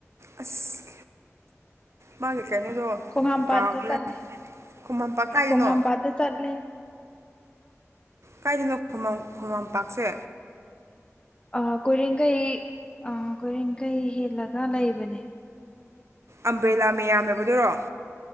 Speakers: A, on the right; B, on the left.
A: ꯑꯁ ꯃꯥꯒꯤ ꯀꯩꯅꯣꯗꯣ
B: ꯈꯣꯍꯥꯝꯄꯥꯠꯇꯥ
A: ꯀꯥꯎꯈ꯭ꯔꯦ
B: ꯆꯠꯂꯦ
A: ꯈꯨꯃꯟꯄꯥꯛ ꯀꯥꯏꯗꯅꯣ
B: ꯈꯣꯍꯥꯝꯄꯥꯠꯇꯥ ꯆꯠꯂꯦ
A: ꯀꯥꯏꯗꯅꯣ ꯈꯨꯝꯃꯥꯡ ꯈꯨꯃꯥꯡꯄꯥꯛꯁꯦ
B: ꯑꯥ ꯀꯣꯏꯔꯦꯡꯒꯩ ꯑꯥ ꯀꯣꯏꯔꯦꯡꯒꯩ ꯍꯦꯜꯂꯒ ꯂꯩꯕꯅꯦ
A: ꯑꯝꯕ꯭ꯔꯦꯂꯥ ꯃꯌꯥꯝ ꯂꯩꯕꯗꯨꯔꯣ